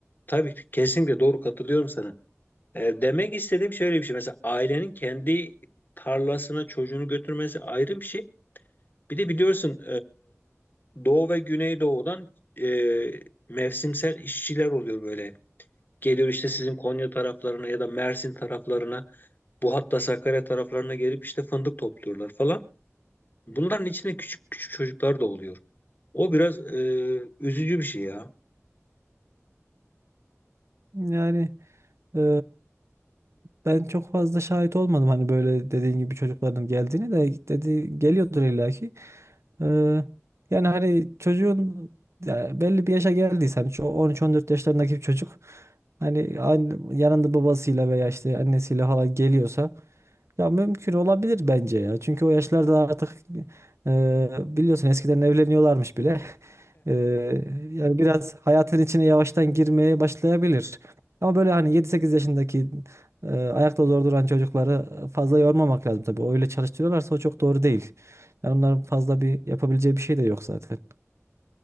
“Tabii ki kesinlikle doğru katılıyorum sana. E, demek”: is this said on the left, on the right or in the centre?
Left